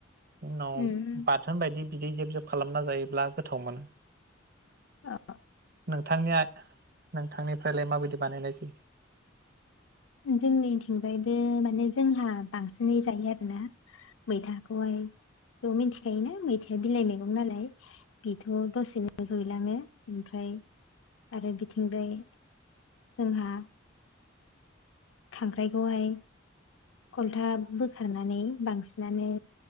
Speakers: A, on the right (about 50°); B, on the left (about 75°).
A: उनाव
B: उम
A: बाथोन बायदि बिदै जेब जेब खालामना जायोब्ला गोथाव मोनो।
B: औ
A: नोंथांनि <unintelligible> नोंथांनिफ्रायलाय माबायदि बानायनाय जायो।
B: जोंनिथिंजायबो माने जोंहा बांसिनै जायो आरोना मैथाखौहाय मिथिखायोना मैथाया बिलाइ मैगं नालाय बेथ दसेनो रुइलाङो ओमफ्राय आरो बिथिंजाय जोंहा खांख्राइखौहाय खलथा बोखारनानै बांसिनानो